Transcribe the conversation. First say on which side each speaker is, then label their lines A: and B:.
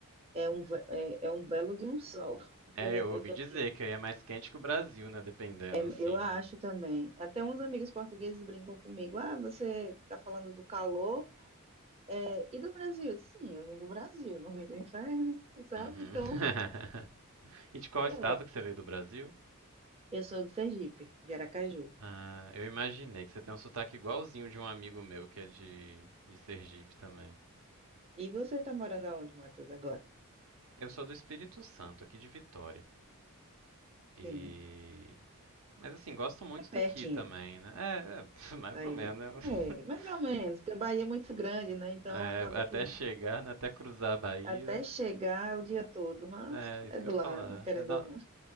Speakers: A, on the right (about 25°); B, on the right (about 65°).
A: É um, ve- é, é um belo de um sol, <laughs> porque
B: É,
A: eu já
B: eu
A: eu
B: ouvi
A: tô
B: dizer
A: aqui há
B: que aí é mais quente que o Brasil, né? Dependendo,
A: É,
B: assim,
A: eu acho
B: do...
A: também. Até uns amigos portugueses brincam comigo. Ah, você tá falando do calor é, e do Brasil? Eu disse, Sim, eu vim do Brasil, não vim do inferno, sabe?
B: Uhum.
A: Então,
B: <laughs> E de qual
A: <laughs>
B: estado
A: é.
B: que você veio do Brasil?
A: Eu sou de Sergipe, de Aracaju.
B: Ah, eu imaginei que você tem um sotaque igualzinho de um amigo meu que é de, de Sergipe também.
A: E você tá morando aonde, Matheus, agora?
B: Eu sou do Espírito Santo, aqui de Vitória. E...
A: Sim,
B: Mas assim, gosto muito
A: é pertinho,
B: daqui também, né? É, é <laughs> mais
A: Bahia.
B: ou menos. né?
A: É,
B: <laughs>
A: mais ou menos, porque a Bahia é muito grande, né? Então
B: É,
A: acaba
B: até
A: que
B: chegar, né? Até cruzar a Bahia.
A: até chegar é o dia todo, mas
B: É, isso
A: é
B: que
A: do
B: eu ia
A: lado,
B: falar.
A: querendo
B: Deve dar,
A: ou não.